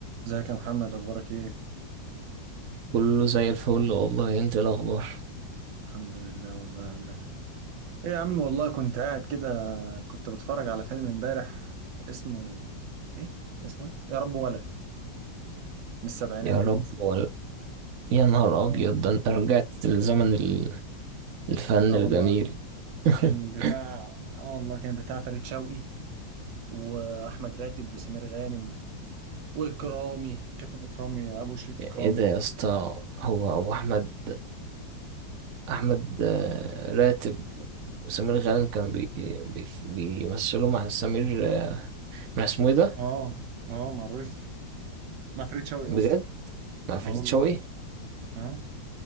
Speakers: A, on the right; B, on the right.
A: ازيك يا محمد اخبارك ايه
B: كله زي الفل والله انت ايه الاخبار
A: الحمد لله والله يا عم ايه يا عم والله كنت قاعد كده كنت بتفرج على فيلم امبارح اسمه ايه اسمه ايه يا رب ولا من السبعينات
B: يا رب
A: كده
B: ولا يا نهار
A: اه
B: ابيض ده انت رجعت لزمن ال- الفن
A: اه
B: الجميل
A: والله
B: <laughs>
A: كان بتاع اه والله كان بتاع فريد شوقي واحمد راتب وسمير غانم واكرامي كابتن اكرامي ابو شريف اكرامي
B: ايه ده يا اسطى هو هو احمد احمد آه، راتب وسمير غانم كان بي بي بيمثلوا مع سمير آه، مع اسمه ايه ده
A: اه اه مع رشدي مع فريد شوقي
B: بجد
A: قصدي
B: مع فريد
A: اه والله
B: شوقي
A: اه